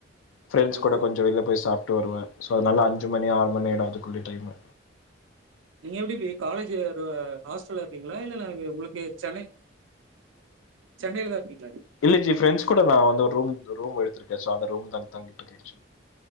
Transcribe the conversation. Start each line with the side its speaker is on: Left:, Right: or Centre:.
Left: ஃப்ரெண்ட்ஸ்
Right: ஓகே,
Left: கூட கொஞ்ச
Right: ஓகே.
Left: வெள்ல போய் சாப்ட்டு வருவே சோ அதனால அஞ்சு மணி ஆறு மணி ஆயிடு அதுக்குள்ளே டைமு
Right: நீங்க எப்டி பி காலேஜ் ஹாஸ்டல்ல இருக்கீங்களா இல்ல உங்களுக்கு சென்னை சென்னையிலதா இருக்கு பிளாட்டு
Left: இல்ல ஜி ஃப்ரெண்ட்ஸ் கூட நா வந்து ஒரு ரூம் ரூம் எடுத்திருக்கே சோ அந்த ரூம் த தங்கிட்ருக்கே ஜி